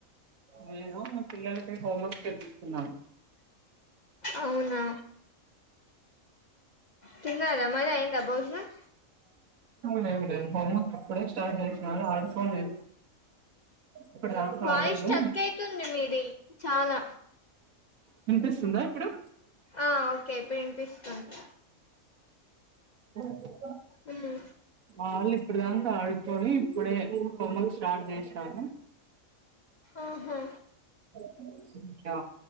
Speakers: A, on the right (about 80°); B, on the left (about 50°).
A: మేము పిల్లలకి హోంవర్క్ చేపిస్తునాం
B: అవునా తిన్నారా మరి అయింద భోజనం
A: లేదు లేదు హోంవర్క్ ఇప్పుడే స్టార్ట్ చేసినను ఆల్రెడీ ఫోన్ చే ఇప్పుడుదాకా
B: వాయిస్
A: అడ్డిండు
B: స్ట్రక్ అయితుంది మీది చాలా
A: వినిపిస్తుందా ఇప్పుడు
B: ఆ ఓకే ఇప్పుడు వినిపిస్తుంది
A: <unintelligible>
B: అమా
A: మా వాళ్ళు ఇప్పుడుదాకా ఆడుకొని ఇప్పుడే హోంవర్క్ స్టార్ట్ చేసారు
B: ఆహా
A: వును